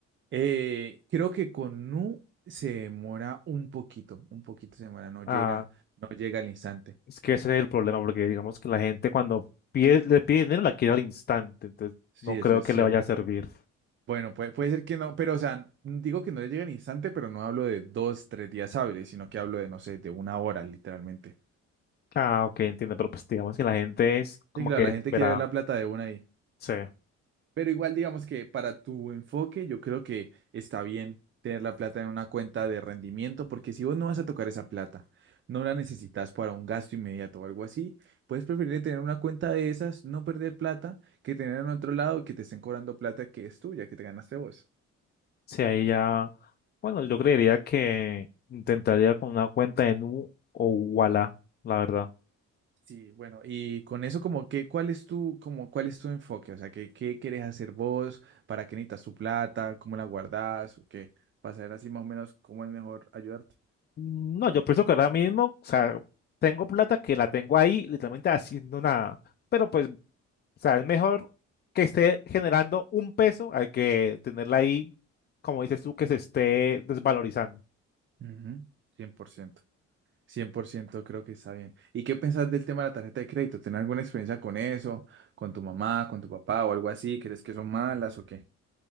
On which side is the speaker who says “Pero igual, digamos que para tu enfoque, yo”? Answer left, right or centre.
Right